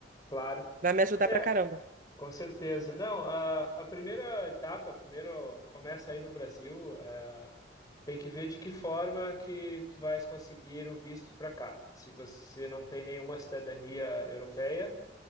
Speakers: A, on the left; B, on the right.
A: claro.
B: vai me ajudar
A: É,
B: pra caramba.
A: Com certeza. Não, a, a primeira etapa, primeiro começa aí no Brasil, eh, tem que ver de que forma que tu vais conseguir o visto para cá. Se você não tem nenhuma cidadania europeia,